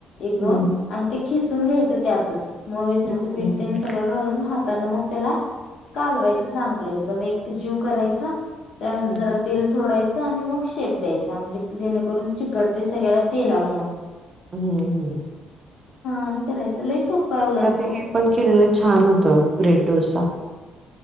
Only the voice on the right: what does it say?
हम्म.
हम्म.
हम्म.
हम्म् हम्
ते
हे पण केलेलं छान होता ब्रेड डोसा